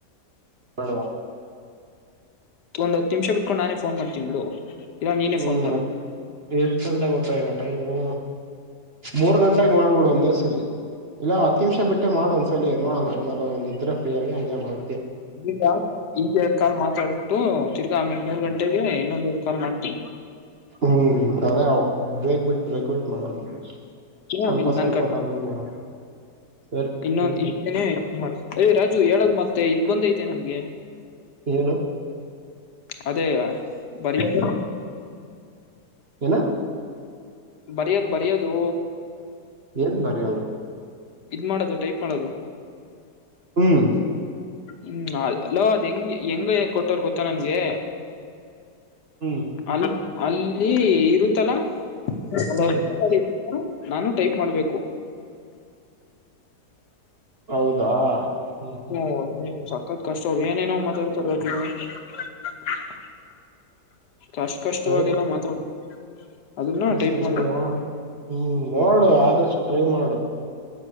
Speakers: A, on the right; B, on the left.
A: ಬೇಡವ್ವಾ.
B: ಒಂದ ನಿಮಿಷ ಬಿಟ್ಕೊಂಡು ನಾನೇ ಫೋನ್ ಮಾಡ್ತೀನ್ ಬಿಡು ಇಲ್ಲ ನೀನೇ
A: ಹು
B: ಫೋನ್ ಮಾಡು
A: ಮತ್ತ ಎಷ್ಟು ಗಂಟೆ ಗೊತ್ತಾ ಈಗ ಟೈಮು ಮೂರ್ ಗಂಟ ಗಂಟೆಗೆ ಮಾಡ್ಬಿಡ ಒಂದೇ ಸಲಿ ಇಲ್ಲ ಹತ್ತು ನಿಮಿಷ ಬಿಟ್ಟ ಮಾಡೋ ಒಂದ್. ತಡಿ ನೋಡನ ಏನರ ಇದ್ರೆ ಫ್ರೀ ಆಗಿ ಮಾಡ
B: ಈಗ ಈಗ ಎರಡ್ ಕಾಲ್ ಮಾತಾಡ್ಬಿಟ್ಟು ತಿರ್ಗಾ ಆಮೇಲೆ ಮೂರ್ ಗಂಟೆಗೆ ಇನ್ನೊಂದ ಎರಡ್ ಕಾಲ್ ಮಾಡ್ತಿ.
A: ಹು ಅದೇಅವು. ಬ್ರೇಕ್ ಬಿಟ್ಟ ಬ್ರೇಕ್ ಬಿಟ್ಟು ಮಾಡಣ ಸ್ವಲ್ಪ
B: ಆಮೇಲೆ
A: ಸ್ವಲ್ಪಾದ್ಮೇಲೆ
B: ನಾನ್
A: ಮಾಡಣ. ಸರಿ
B: ಇನ್ನೊಂದ
A: ಹ್ಮ್
B: ಇದನ್ನೇ ಮಾಡದು ಯ ರಾಜು ಹೇಳದ್ ಮತ್ತೆ ಇದ್ ಬಂದ ಐತೆ ನಮ್ಗೆ
A: ಏನು
B: ಅದೇ ಬರಿಯದು.
A: ಏನು
B: ಬರಿಯೋದು ಬರಿಯೋದು
A: ಏನ್ ಬರಿಯೋದು
B: ಇ ಮಾಡೋದು ಟೈಪ್ ಮಾಡೋದು
A: ಹ್ಮ್
B: ಹ್ಮ್ ಅಲೋ ಅದ್ ಹೆಂಗ ಹೆಂಗ ಕೊಟ್ಟೋರು ಗೊತ್ತಾ ನನ್ಗೆ
A: ಹ್ಮ್
B: ಅಲ್ಲಿ ಅಲ್ಲಿ ಇರುತ್ತಲಾ <unintelligible>
A: ಹ್ಮ್
B: ಹಲೋ ನಾನು ಟೈಪ್ ಮಾಡ್ಬೇಕು
A: ಹೌದಾ ಹ್ಮ ಹ್ಮ
B: <unintelligible> ಸಕತ್ ಕಷ್ಟ ಅವಿ ಏನೇನೋ ಅವ್ ಮಾತಾಡ್ತಾರು <unintelligible> ಕಷ್ಟ ಕಷ್ಟವಾಗಿಲ್ಲಾ
A: ಸರಿ
B: ಮಾತಾಡ ಅದನ್ನ
A: ಸರಿ
B: ಟೈಪ್
A: ಸರಿ
B: ಮಾಡಬೇಕ
A: ನೋಡಣ ಹ್ಮ್ ನೋಡು ಆದಷ್ಟು ಟ್ರೈ ಮಾಡು